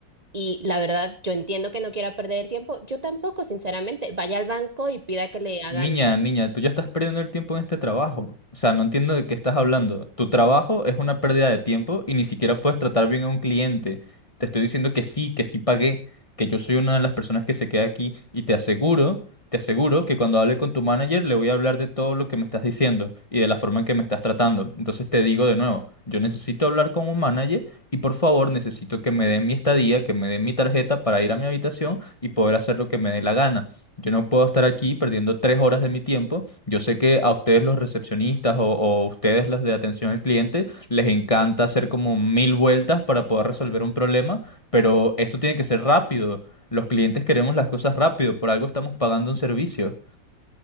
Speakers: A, on the right; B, on the left.
A: y la verdad, yo entiendo que no quiera perder el tiempo. Yo tampoco, sinceramente. Vaya al banco y pida que le hagan
B: Niña, niña, tú ya estás perdiendo el tiempo en este trabajo. O sea, no entiendo de qué estás hablando. Tu trabajo es una pérdida de tiempo y ni siquiera puedes tratar bien a un cliente. Te estoy diciendo que sí, que sí pagué, que yo soy una de las personas que se queda aquí y te aseguro, te aseguro que cuando hable con tu manager le voy a hablar de todo lo que me estás diciendo y de la forma en que me estás tratando. Entonces te digo de nuevo, yo necesito hablar con un manager y por favor necesito que me den mi estadía, que me den mi tarjeta para ir a mi habitación y poder hacer lo que me dé la gana. Yo no puedo estar aquí perdiendo tres horas de mi tiempo. Yo sé que a ustedes los recepcionistas o, o ustedes los de atención al cliente les encanta hacer como mil vueltas para poder resolver un problema, pero eso tiene que ser rápido. Los clientes queremos las cosas rápido, por algo estamos pagando un servicio.